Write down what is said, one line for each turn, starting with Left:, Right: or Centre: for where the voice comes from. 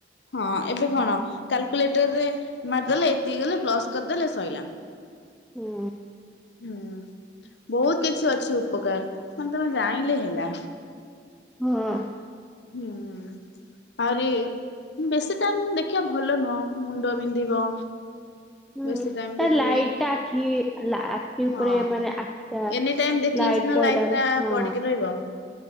Left: ହଁ ଏବେ କଣ କାଲକୁଲେଟରରେ ମାରିଦେଲେ ଏତିକି ଗଲେ ପ୍ଲସ୍ କରିଦେଲେ ସଇଲା।
Centre: ହୁଁ।
Left: ହୁଁ, ବହୁତ କିଛି ଅଛି ଉପକାର ମାନେ ତମେ ଜାଇଁଲେ ହେଲା।
Centre: ହଁଅ-ଅ।
Left: ହୁଁଉଁ-ଉଁ, ଆହୁରି ବେଶୀ ଟାଇମ୍ ଦେଖିବା ଭଲ ନୁହଁ ମୁଣ୍ଡ ବିନ୍ଧିବ।
Centre: ହୁଁ
Left: ବେଶୀ ଟାଇମ
Centre: ତା
Left: ଦେଖିଲେ
Centre: ଲାଇଟଟା ଆଖି ଲା ଉପରେ
Left: ହଁ
Centre: ମାନେ ଆଖିଟା
Left: ଏନି ଟାଇମ୍ ଦେଖିଲେ
Centre: ଲାଇଟ୍
Left: ସିନା
Centre: ପଇଲାରୁ
Left: ଲାଇଟଟା
Centre: ହଁ
Left: ପଡିକି ରହିବ।